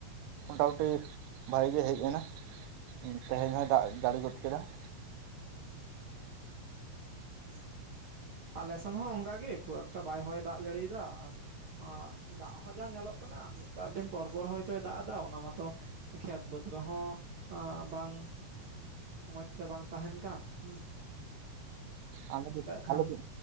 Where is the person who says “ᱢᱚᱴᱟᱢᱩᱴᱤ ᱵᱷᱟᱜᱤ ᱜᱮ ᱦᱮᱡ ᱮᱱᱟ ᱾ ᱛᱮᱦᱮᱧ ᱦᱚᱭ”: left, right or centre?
Right